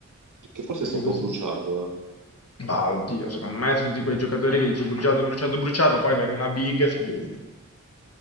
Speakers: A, on the right (about 80°); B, on the left (about 50°).
A: perché forse
B: Perché
A: si è un
B: così?
A: po' bruciato,
B: Ma oddio, secondo me tutti quei giocatori che dici bruciato, bruciato, bruciato, poi vai in una big e fa bene.